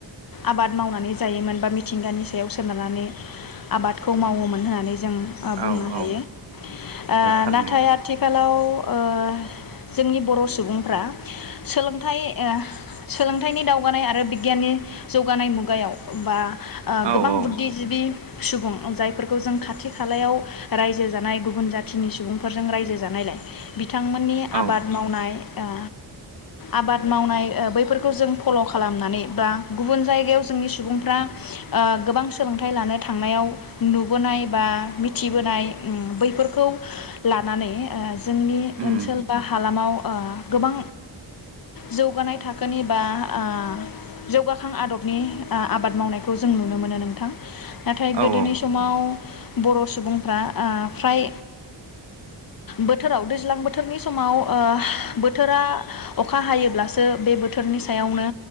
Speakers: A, on the left (about 50°); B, on the right (about 65°).
A: आबाद मावनानै जायोमोन बा मिथिंगानि सायाव सोनारनानै आबादखौ मावोमोन होननानै जों ओ
B: औ
A: बुंनो हायो
B: औ
A: ओ
B: औ थारैनो
A: नाथाय आथिखालाव ओ जोंनि बर' सुबुं सोलोंथाइ ओ सोलोंथाइनि दावगानाय आरो बिगियाननि जौगानाय मुगायाव बा ओ
B: औ
A: गोबां
B: औ
A: बुद्धिजिबि सुबुं जायफोरखौ जों खाथि खालायाव राज्यो जानाय गुबुन जाथिनि सुबुंफोरजों राज्यो जानायलाय बिथांमोननि
B: औ
A: आबाद मावनाय ओ आबाद मावनाय ओ बैफोरखौ जों फल खालामनानै बा गुबुन जायगायाव जोंनि सुबुंफ्रा ओ गोबां सोलोंथाइ लानो थांनायाव नुबोनाय बा मिथिबोनाय उम बैफोरखौ लानानै ओ जोंनि
B: उम
A: ओनसोल बा हालामाव <unintelligible> गोबां जौगानाय थाखोनि बा ओ जौगाखां आदबनि ओ आबाद मावनायखौ जों नुनो मोनो नोंथां नाथाय
B: औ
A: गोदोनि
B: औ
A: समाव बर सुबुंफ्रा ओ फ्राय बोथोराव दैज्लां बोथोरनि समाव ओ बोथोरा अखा हायोब्लासो बे बोथोरनि सायावनो